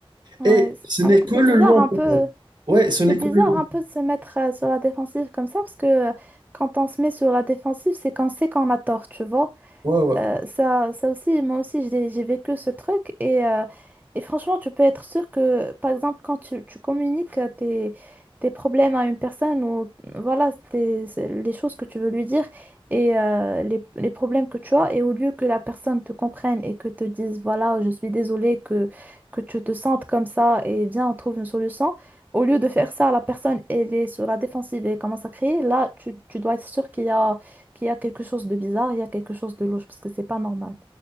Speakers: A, on the right; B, on the right.
A: Ouais,
B: Et
A: c'est
B: ce n'est
A: ah,
B: que
A: c'est
B: le
A: bizarre
B: lendemain.
A: un peu.
B: Ouais, ce
A: C'est
B: n'est
A: bizarre
B: que le lendemain.
A: un peu de se mettre euh, sur la défensive comme ça parce que euh, quand on se met sur la défensive, c'est qu'on sait qu'on a tort, tu vois.
B: Ouais, ouais.
A: Euh, ça, ça aussi, moi aussi, j'ai j'ai vécu ce truc et, euh, et franchement, tu peux être sûr que, par exemple, quand tu, tu communiques euh, tes, tes problèmes à une personne ou voilà, tes- c'est les choses que tu veux lui dire et euh, les, les problèmes que tu as, et au lieu que la personne te comprenne et que te dise, voilà, je suis désolée que, que tu te sentes comme ça et viens, on trouve une solution, au lieu de faire ça, la personne, elle est sur la défensive et commence à crier, là, tu, tu dois être sûr qu'il y a qu'il y a quelque chose de bizarre, il y a quelque chose de louche, parce que c'est pas normal.